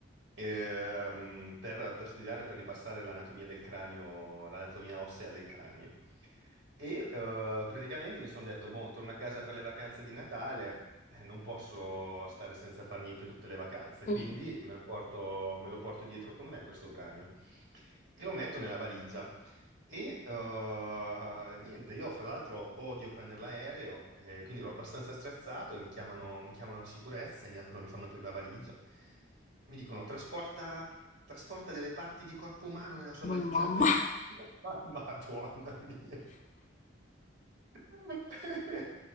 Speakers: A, on the right (about 60°); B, on the left (about 40°).
A: ehm, per, per studiare, per ripassare l'anatomia del cranio, l'anatomia ossea del cranio. E eh, praticamente mi sono detto, boh, torno a casa per le vacanze di Natale, eh, non posso stare senza fare niente tutte le vacanze,
B: Mm,
A: quindi me lo porto, me lo porto dietro con me questo cranio e lo metto nella valigia. E eh, niente, io fra l'altro odio prendere l'aereo, eh, quindi ero abbastanza stressato e mi chiamano, mi chiamano la sicurezza e mi aprono, mi fanno aprire la valigia. E mi dicono, trasporta, trasporta delle parti di corpo umano nella sua
B: mamma,
A: valigia. <laughs> Ho detto,
B: <laughs>
A: "Ma- Madonna mia. <laughs>